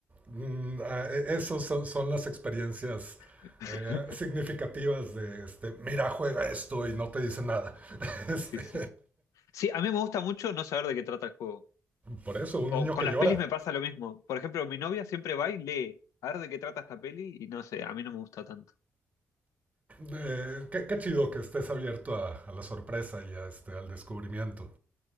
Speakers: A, on the right; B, on the left.
A: Mm, ah, e- Esos son, son las experiencias
B: <laughs>
A: eh, significativas de, este, mira, juega esto y no te dice nada. <laughs> Este,
B: Sí, sí. Sí, a mí me gusta mucho no saber de qué trata el juego.
A: por eso, un
B: O
A: niño
B: con
A: que llora.
B: las pelis me pasa lo mismo. Por ejemplo, mi novia siempre va y lee a ver de qué trata esta peli y no sé, a mí no me gusta tanto.
A: Eh, qué, qué chido que estés abierto a, a la sorpresa y a, este, al descubrimiento.